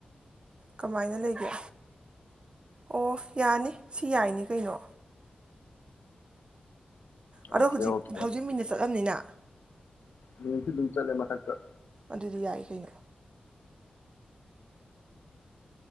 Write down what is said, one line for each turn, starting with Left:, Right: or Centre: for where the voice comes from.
Right: ꯀꯃꯥꯏꯅ ꯂꯩꯒꯦ ꯑꯣ ꯌꯥꯅꯤ ꯁꯤ ꯌꯥꯏꯅꯤ ꯀꯩꯅꯣ
Left: ꯑꯣꯀꯦ
Right: ꯑꯗꯣ ꯍꯧꯖꯤꯛ
Left: ꯑꯣꯀꯦ
Right: ꯍꯧꯖꯤꯛ ꯃꯤꯅꯠ ꯆꯠꯂꯝꯅꯤꯅ
Left: ꯃꯤꯅꯠꯇꯤ ꯑꯗꯨꯝ ꯆꯠꯂꯦ ꯃꯊꯛꯇ
Right: ꯑꯗꯨꯗꯤ ꯌꯥꯏ ꯀꯩꯅꯣ